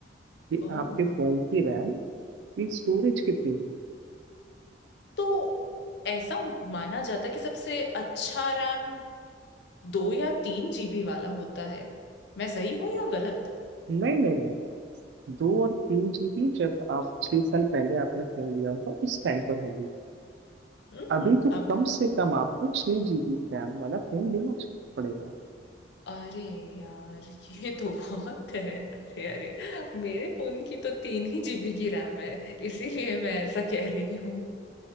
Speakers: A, on the right; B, on the left.
A: कि
B: ओह
A: आपके फोन की रैम की स्टोरेज कितनी है
B: तो ऐसा माना जाता है कि सबसे अच्छा रैम दो या तीन जीबी वाला होता है मैं सही हूँ या गलत
A: नहीं नहीं नहीं दो और तीन जीबी जब आप छह साल पहले आपने फोन लिया होगा उस टाइम पर होगी
B: हम्म
A: अभी तो
B: अब
A: कम से कम आपको छह जीबी रैम वाला फोन लेना पड़ेगा
B: अरे यार ये तो बहुत है अरे अरे मेरे फोन की तो तीन ही जीबी की रैम है इसीलिए मैं ऐसा कह रही हूँ